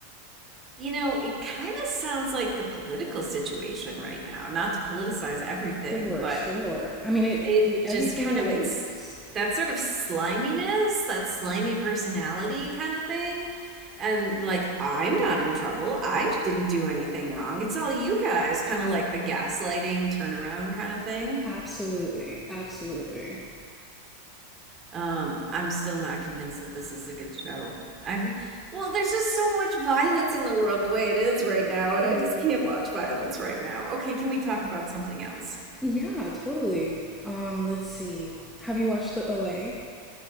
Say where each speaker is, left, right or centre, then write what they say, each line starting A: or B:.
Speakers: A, on the right; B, in the centre.
A: You know, it kind of sounds like the political situation right now, not to politicize everything,
B: For
A: but
B: sure. I mean, it,
A: it
B: it everything
A: just kind
B: relates.
A: of it's that sort of sliminess, that slimy personality kind of thing. And like, I'm not in trouble. I didn't do anything wrong. It's all you guys, kind of like the gaslighting turnaround kind of thing.
B: Absolutely, absolutely.
A: Um, I'm still not convinced that this is a good show. I've, well, there's just so much violence in the world the way it is right now,
B: True.
A: and I just can't watch violence right now. Okay, can we talk about something else?
B: Yeah, totally. Um, let's see. Have you watched The OA?